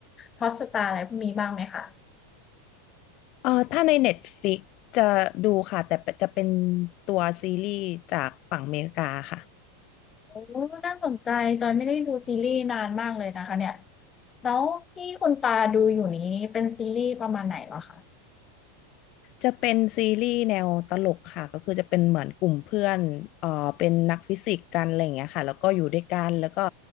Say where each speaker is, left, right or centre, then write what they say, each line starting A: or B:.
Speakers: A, on the left; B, on the left.
A: ฮอตสตาร์อะไรพวกนี้บ้างไหมคะ
B: เอ่อถ้าใน Netflix จะดูค่ะแต่จะเป็นตัวซีรีส์จากฝั่งอเมริกาค่ะ
A: โอ้น่าสนใจจอยไม่ได้ดูซีรีส์นานมากเลยนะคะเนี่ยแล้วที่คุณปาดูอยู่นี้เป็นซีรีส์ประมาณไหนเหรอคะ
B: จะเป็นซีรีส์แนวตลกค่ะก็คือจะเป็นเหมือนกลุ่มเพื่อนเอ่อเป็นนักฟิสิกส์กันอะไรอย่างเงี้ยค่ะแล้วก็อยู่ด้วยกันแล้วก็